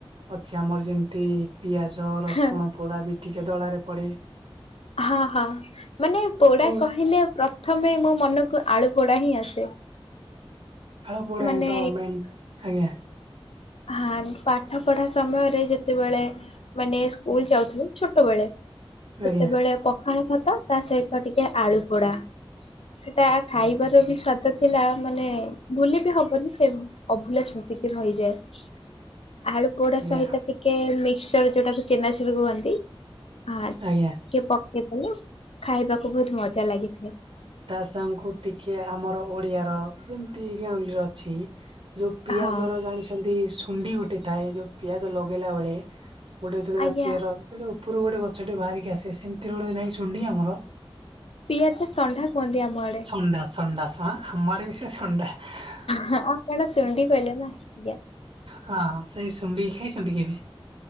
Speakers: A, on the right (about 65°); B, on the left (about 85°).
A: ଅଛି ଆମର ଯେମ୍ତି ପିଆଜ ରସୁଣ
B: ହଁ
A: ପୋଡା ବି ଟିକେ ଦଳାରେ ପଡେ।
B: ହଁ-ହଁ ମାନେ ପୋଡା
A: କୋଉ
B: କହିଲେ ପ୍ରଥମେ ମୋ ମନକୁ ଆଳୁ ପୋଡା ହିଁ ଆସେ।
A: ଆଳୁ ପୋଡା
B: ମାନେ
A: ହିଁ ତ ମେନ୍, ଆଜ୍ଞା।
B: ହଁ, ପାଠପଢା ସମୟରେ ଯେତେବେଳେ ମାନେ ସ୍କୁଲ ଯାଉଥିଲୁ ଛୋଟବେଳେ ସେତେବେଳେ
A: ଆଜ୍ଞା
B: ପ ଖାଳ ଭାତ ତା ସହିତ ଟିକେ ଆଳୁ ପୋଡା, ସେଟା ଖାଇବାର ବି ସ୍ଵା ଦ ଥିଲା ସେ ମାନେ ଭୁଲି ବିି ହବନି, ସେ ଅଭୁଲା ସ୍ମୃତିକି ରହିଯାଏ। ଆଳୁ ପୋଡା
A: ଆଜ୍ଞା
B: ସହିତ ଟିକେ ମିକ୍ସର୍ ଯୋଉଟାକୁ ଚେନାଚୁର୍ କୁହନ୍ତି। ଆ ଟିକେ
A: ଆଜ୍ଞା
B: ପକେଇଦଲେ ଖାଇବାକୁ ବହୁତ ମଜା ଲାଗେ।
A: ତା ସାଙ୍ଗକୁ ଟିକେ ଆମର ଓଡିଆ ର ଯେମିତି ଗାଉଁଲି ରେ ଅଛି ଯୋଉ ପିଆଜର
B: ହଁ।
A: ଜାଣିଛନ୍ତି ଶୁଣ୍ଡି ଗୋଟେ ଥାଏ ଯୋଉ ପିଆଜ ଲଗେଇଲା ବେଳେ ଗୋଟେ ଯେତବେଳେ
B: ଆଜ୍ଞା
A: ଚେର ଯେତେବେ ଉପରୁ ଗୋଟେ ଗଛଟେ ବାହାରିକି ଆସେ, ସେମିତିରେ ଗୋଟେ ନାଇଁ ଶଣ୍ଢି ଆମର।
B: ପିଆଜା ସଣ୍ଢା କହନ୍ତି ଆମ ଆଡେ।
A: <inaudible>
B: ହଁ ଆଉ କଣ ଶୁଣ୍ଡି କଲେ ନା, ଆଜ୍ଞା।
A: ହଁ ସେଇ ଶୁଣ୍ଡି କି ଖାଇଛନ୍ତି କେବେ?